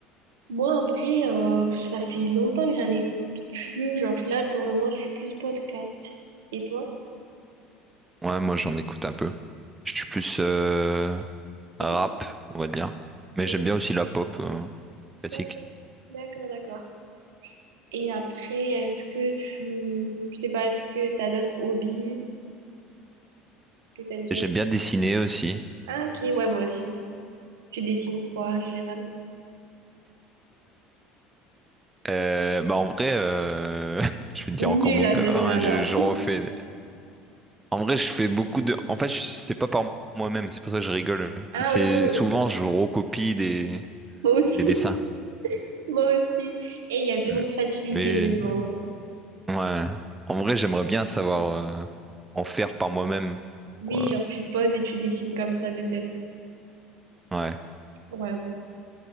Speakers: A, on the right; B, on the right.
A: Moi, en vrai, euh, ça fait longtemps que j'en écoute plus. Genre, là, pour le moment, je suis plus podcast. Et toi?
B: Ouais, moi j'en écoute un peu. Je suis plus euh,
A: T'écoutes
B: rap, on va dire. Mais
A: quoi
B: j'aime bien aussi la pop euh, classique.
A: D'accord, d'accord. d'accord. Et après, est-ce que tu... Je sais pas, est-ce que t'as d'autres hobbies que t'aimes bien
B: J'aime
A: faire?
B: bien dessiner aussi.
A: Ah, ok, ouais, moi aussi. Tu dessines quoi, en général?
B: Euh, bah en vrai, euh, <laughs> je vais te dire
A: Nul
B: encore manga,
A: en dessin,
B: hein,
A: alors.
B: je, je
A: Ok.
B: refais. En vrai, je fais beaucoup de. En fait, je- c'est pas par moi-même, c'est pour ça que je rigole.
A: Ah,
B: C'est
A: ok.
B: souvent je recopie des,
A: Moi aussi,
B: des dessins.
A: <laughs> moi aussi. Et il y a zéro
B: Mm.
A: créativité,
B: Mais
A: mais bon.
B: ouais, en vrai, j'aimerais bien savoir euh, en faire par moi-même.
A: Oui,
B: Ouais.
A: genre tu te poses et tu dessines comme ça de tête.
B: Ouais.
A: Ouais, bon.